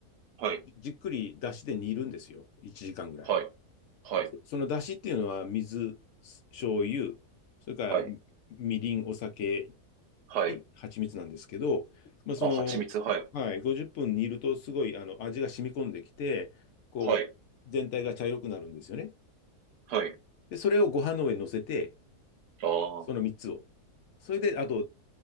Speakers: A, on the right; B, on the left.
A: はい。
B: じっくり出汁で煮るんですよ。1時間ぐらい。
A: はい。はい。
B: そその出汁っていうのは水、醤油、それから
A: はい。はい。
B: みりん、お酒
A: はい。
B: に蜂蜜なんですけど、まあ、その、
A: あ、蜂蜜。はい。
B: はい、50分煮るとすごいあの味が染み込んできて、こう、
A: はい。
B: 全体が茶色くなるんですよね。
A: はい。
B: で、それをご飯の上に乗せて、
A: ああ、
B: その3つを。それで、あと、